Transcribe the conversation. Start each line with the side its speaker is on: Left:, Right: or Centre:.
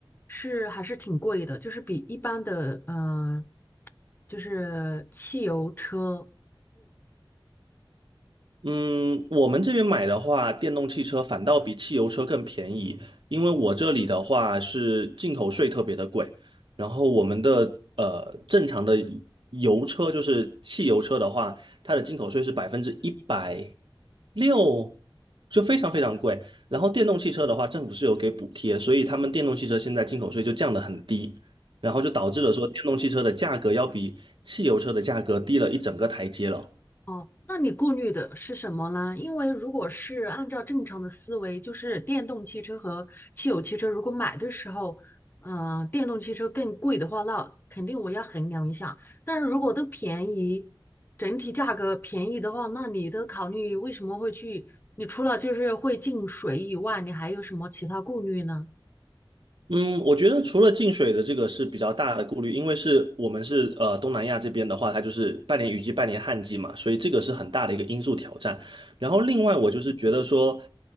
Left: 是还是挺贵的，就是比一般的呃就是汽油车
Right: 嗯，我们这边买的话，电动汽车反倒比汽油车更便宜，因为我这里的话是进口税特别的贵，然后我们的呃正常的油车就是汽油车的话，它的进口税是百分之一百六，就非常非常贵。然后电动汽车的话，政府是有给补贴，所以他们电动汽车现在进口税就降得很低，然后就导致了说电动汽车的价格要比汽油车的价格低了一整个台阶了。
Left: 哦，那你顾虑的是什么呢？因为如果是按照正常的思维，就是电动汽车和汽油汽车，如果买的时候，嗯、电动汽车更贵的话，那肯定我要衡量一下。但是如果都便宜，整体价格便宜的话，那你的考虑为什么会去？你除了就是会进水以外，你还有什么其他顾虑呢？
Right: 嗯，我觉得除了进水的这个是比较大的顾虑，因为是我们是呃东南亚这边的话，它就是半年雨季、半年旱季嘛，所以这个是很大的一个因素挑战。然后另外我就是觉得说，